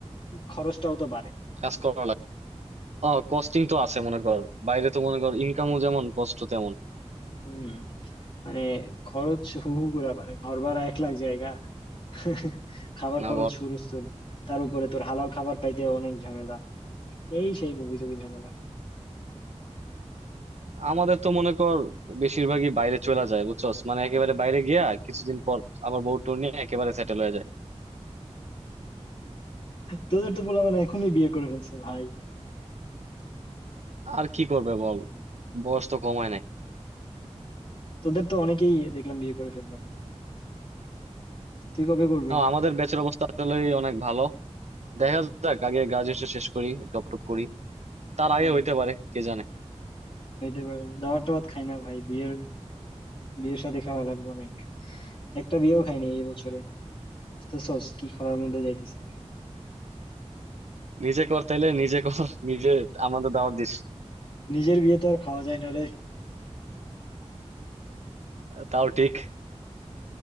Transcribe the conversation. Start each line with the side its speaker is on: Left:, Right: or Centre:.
Left: খরচটাও তো বাড়ে
Right: কাজ করা লাগে ও কস্টিং তো আছে মনে কর বাইরে তো মনে কর ইনকামও যেমন কষ্ট তেমন
Left: হুম মানে খরচ হু হু করে বাড়ে ঘর ভাড়া এক লাখ জায়গা <laughs> খাবার
Right: না
Left: খরচ
Right: কর
Left: হুরস্থুল তার উপরে তোর হালাল খাবার পাইতে অনেক ঝামেলা এই সেই গুবিজুবি ঝামেলা
Right: আমাদের তো মনে কর বেশিরভাগই বাইরে চলে যায় বুঝছস মানে একেবারে বাইরে গিয়া কিছুদিন পর আবার বউ টু নিয়ে একেবারে সেটেল হয়ে যায়
Left: তোদের তো পোলাপান এখনই বিয়ে করে ফেলছে ভাই
Right: আর কি করবে বল বয়স তো কমায় নাই
Left: তোদের তো অনেকেই দেখলাম বিয়ে করে ফেললো তুই কবে করবি
Right: ও, আমাদের ব্যাচের অবস্থা আসলে অনেক ভালো দেখা যাক আগে গ্রাজুয়েশন শেষ করি জব টপ করি তার
Left: হম
Right: আগে হইতে পারে কে জানে
Left: খাইতে পারে দাবার টাবার খাই না ভাই বিয়ের বিয়ের সাথে খাওয়া লাগবে অনেক একটা বিয়েও খাইনি এই বছরে বুঝতেছস কি খরার মধ্যে যাইতেছি
Right: নিজে কর তাইলে নিজে কর নিজে আমাদের দাওয়াত দিস
Left: নিজের বিয়ে তো আর খাওয়া যায় না রে
Right: তাও ঠিক